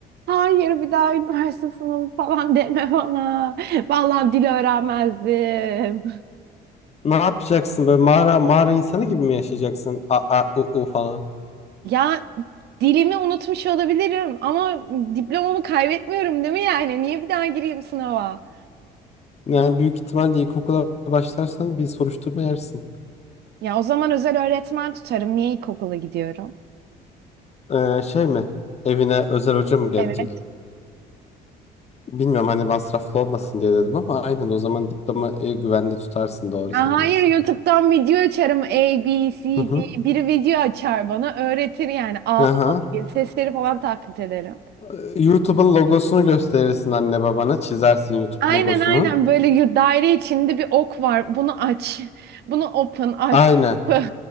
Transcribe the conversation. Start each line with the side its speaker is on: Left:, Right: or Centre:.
Right: hayır bir daha üniversite sınavı falan deme bana. Vallahi dil öğrenmezdim.
Left: Ne yapacaksın böyle mağara mağara insanı gibi mi yaşayacaksın? A, a, u, u falan.
Right: Ya dilimi unutmuş olabilirim ama diplomamı kaybetmiyorum değil mi yani? Niye bir daha gireyim sınava?
Left: Yani büyük ihtimalle ilkokula başlarsan bir soruşturma yersin.
Right: Ya o zaman özel öğretmen tutarım. Niye ilkokula gidiyorum?
Left: Ee, şey mi? Evine özel hoca mı gelecek?
Right: Evet.
Left: Bilmiyorum hani masraflı olmasın diye dedim ama aynen o zaman diploma e, güvende tutarsın doğru
Right: Ya
Left: söylüyorsun.
Right: hayır YouTube'dan video açarım A, B, C,
Left: Hı hı.
Right: D. Biri video açar bana öğretir yani A, A
Left: Aha.
Right: diye sesleri falan taklit ederim.
Left: Ee, YouTube'un logosunu gösterirsin anne babana çizersin YouTube
Right: Aynen
Left: logosunu.
Right: aynen böyle y- daire içinde bir ok var. Bunu aç. Bunu open aç.
Left: Aynen.
Right: kapı.